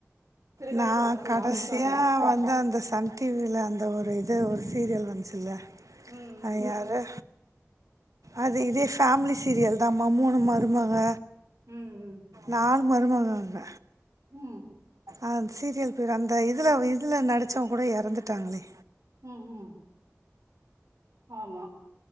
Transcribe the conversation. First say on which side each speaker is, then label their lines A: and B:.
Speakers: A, on the right; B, on the right.
A: சிறகடிக்க
B: நா
A: ஆசை
B: கடசியா
A: ஹாட் ஸ்டார்ல
B: வந்து அந்த சன் டிவில அந்த ஒரு இது ஒரு சீரியல் வஞ்சுல
A: ம்
B: அது யாரு அது இதே ஃபேமிலி சீரியல் தாமா மூனு மருமக
A: ம் ம்
B: நால் மருமகங்க
A: ம்
B: அந் சீரியல் பேர் அந்த இதுல இதுல நடிச்சவங் கூட எறந்துட்டாங்களே
A: ம் ம் ஆமா